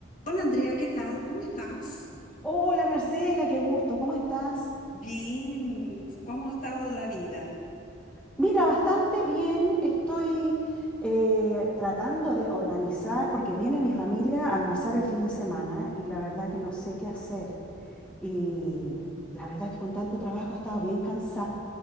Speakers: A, on the left (about 40°); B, in the centre.
A: Hola Andrea, ¿qué tal? ¿Cómo estás?
B: Hola Marcela, qué gusto, ¿cómo estás?
A: Bien, ¿cómo ha estado la vida?
B: Mira, bastante bien, estoy eh, tratando de organizar porque viene mi familia a almorzar el fin de semana y la verdad que no sé qué hacer. Y la verdad que con tanto trabajo he estado bien cansada.